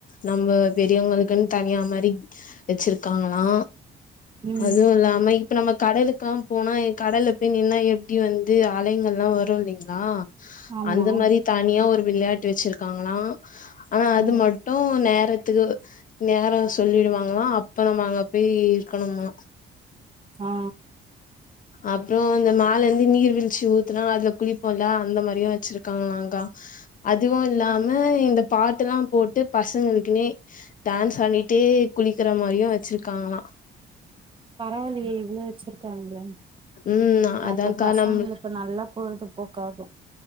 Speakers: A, on the left; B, on the right.
A: நம்ம பெரியவங்களுக்குன் தனியா மாரி வெச்சிருக்காங்களா
B: ம்
A: அதுவு இல்லாம இப்ப நம்ம கடலுக்கெல்லா போனா கடல்ல போய் நின்னா எப்படி வந்து அலைகள் எல்லாம் வரும் இல்லைங்ளா
B: ஆமா
A: அந்த மாரி தனியா ஒரு விளையாட்டு வெச்சிருக்காங்களா ஆ அது
B: ம்
A: மட் டு நேரத்துகு நேரம் சொல்லிடுவாங்களா அப்பறம் நம்ம அங்க போய் இருக்கணும்மா
B: ஆ
A: அப்றோ அந்த மேல இந்து நீர் வீழ்ச்சி ஊத்துனா அதுல குளிப்போம்ல அந்த மாதிரியு வெச்சிருக்காங்களாக்கா அதுவு இல்லாம இந்த பாட்டுல்லா போட்டு பசங்களுக்குனே டான்ஸ் ஆடிட்டே குளிக்கிற மாரியு வச்சிருக்காங்ளா
B: பரவாயில்லயே இவுளோ வச்சிருக்காங்ளா
A: ம் அதாக்கா
B: அப்போ பசங்களுக்கு
A: நம்
B: நல்லா பொழுதுபோக்காகு